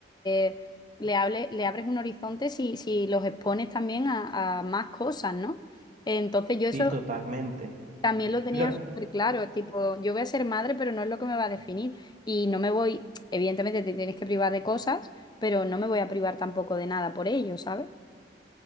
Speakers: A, on the left; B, on the right.
A: eh, le, hable- le abres un horizonte si, si los expones también a, a más cosas, ¿no? Entonces, yo eso
B: Sí, totalmente.
A: también lo tenían
B: Pero,
A: súper claro, tipo, yo voy a ser madre, pero no es lo que me va a definir. Y no me voy, evidentemente te tienes que privar de cosas, pero no me voy a privar tampoco de nada por ello, ¿sabes?